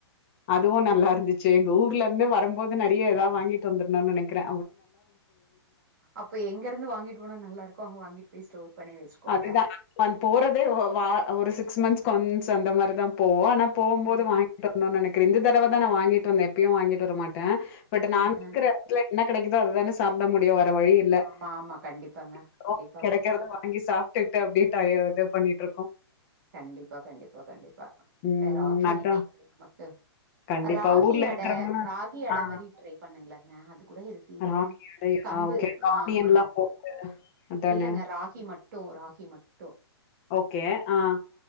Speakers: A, on the left; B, on the right.
A: அதுவூ நல்லார்ந்து செ எங்கூர்லந்து வரும் போது நறைய ஏதாவ வாங்கிட்டு வந்துர்ணூ நனைக்கிறே
B: அப்ப எங்கர்ந்து வாங்கிட்டு போனா நல்லார்க்கோ அங்க வாங்கிட்டு போய் ஸ்டோர் பண்ணி வச்சுக்கோங்க
A: அதுதா நா போறதே ஒ வா ஒரு சிக்ஸ் மந்த்ஸ்க்கு ஒன்ஸ் அந்த மாரிதா போவோ ஆனா போவும் போது
B: ஆ
A: வாங்கிட்டு வந்துன் நனைக்கிற இந்த தடவ தா வாங்கிட்டு வந்தே எப்பயு வாங்கிட்டு வரமாட் ட பட் நாங்க்கிற
B: ஆ ஆ
A: எடத்துல என்ன கெடைக்குதோ அதுதானே சாப்ட முடியூ ற வழி இல்ல <inaudible>
B: ஆமா ஆமா கண்டிப்பாங்க கண்டிப்பாவே
A: கெடைக்குறத நா இ சாப்டுட்டு அப்டியே டயடா பண்ணிட்ருக்கோ
B: கண்டிப்பா கண்டிப்பா கண்டிப்பா
A: ம்
B: வேற ஆப்ஷன்
A: அதான்.
B: இல்லையே நமக்கு
A: கண்டிப்பா.
B: ராகி
A: ஊர்ல இருக்கிறவங்கலாம்
B: அட ராகி அட
A: ஆ
B: மாரி ட்ரை பண்ணுங்ளே கூட ஹெல்த்தி தானே
A: ராகி அடையா?
B: கம்பு
A: ஓகே.
B: ஆ
A: ஆனியன்லாம்
B: ஆ
A: போட்டு அதானே.
B: இல்லங்க ராகி மட்டூ ராகி மட்டு
A: ஓகே ஆ